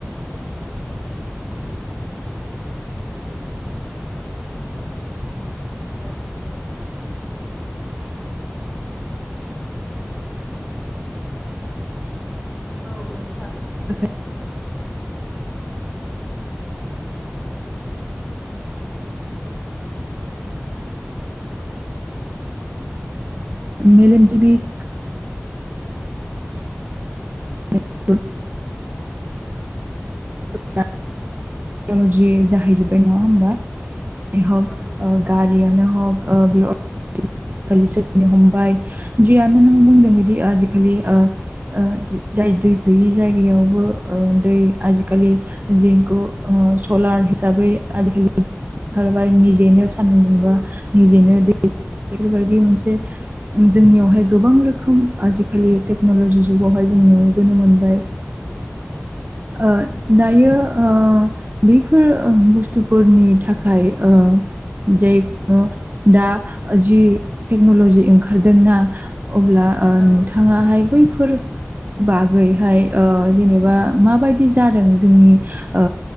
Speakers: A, in the centre; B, on the right.
A: औ। औ नोंथां।
B: <unintelligible> <unintelligible> <unintelligible> <unintelligible> मेलेमजिबि <inaudible>
A: औ।
B: <unintelligible> <unintelligible> न'लजि जाहैजो बाय नङा होमबा हक
A: औ
B: गारियानो हक ओ बे आखालि सोलिनो हमबाय जियानो नों बुंदों बिदि आजिखालि ओ-ओ। जाय दै गैयि जायगायावबो ओ दै आजिखालि जेगु सलार हि साबै आजिखालि ओंखारबाय निजेनो सान्दुं मोनबा निजेनो दै। बेफोरबायदि मोनसे जोंनियावहाय गोबां रोखोम आजिखालि टे न'लजि जुगावहाय जों नुबोनो मोनबाय। ओ दायो ओ बैफोर बुस्थुफोरनि थाखाय ओ जायखुनु दा जि टेक्न'लजि ओंखारदोंना। अब्ला ओ
A: औ
B: नोंथाङाहाय बैफोर बागैहाय ओ जेनेबा। माबायदि जादों जोंनि ओ